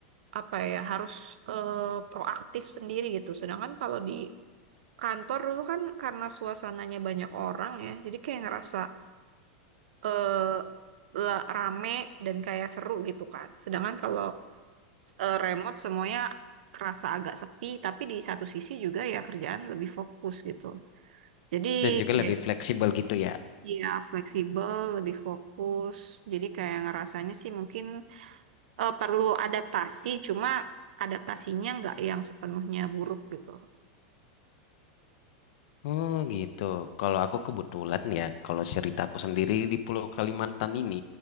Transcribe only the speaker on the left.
Dan juga
lebih
fleksibel gitu ya.
Oh gitu. Kalau aku kebetulan ya, kalau ceritaku sendiri di Pulau Kalimantan ini,